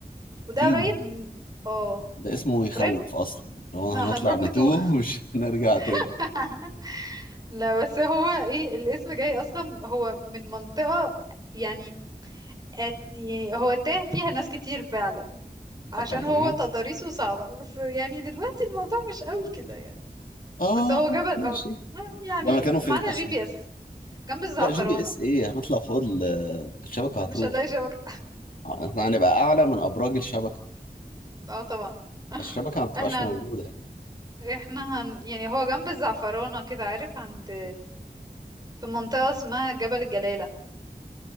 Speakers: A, on the right (about 25°); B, on the left (about 65°).
A: وده
B: تيه
A: قريب م- اه
B: ده اسمه يخوف
A: قريب
B: اصلا لو
A: ما
B: هنطلع
A: هنروح
B: نتوه
A: نتوه
B: ومش <laughs> هنرجع تاني
A: <laughs> لا بس هو ايه الاسم جاي اصلا هو من منطقة يعني أت يعني هو تاه فيها ناس كتير فعلا عشان
B: اه تمام
A: هو تضاريسه صعبة بس يعني دلوقتي الموضوع مش قوي كده يعني
B: اه
A: بس هو جبل
B: ماشي
A: اه آه، يعني
B: ده مكانه
A: معانا
B: فين اصلا
A: جي بي اس جنب الزعفرانة
B: لا جي بي اس ايه هنطلع فوق ال- الشبكه
A: مش
B: هتروح
A: هنلاقي شبكة
B: آه، احنا هنبقى اعلى من ابراج الشبكه
A: <laughs> اه طبعا
B: فالشبكه ما بتبقاش
A: احنا
B: موجوده
A: هن... احنا هن... يعني هو جنب الزعفرانة كده عارف عند في منطقة اسمها جبل الجلالة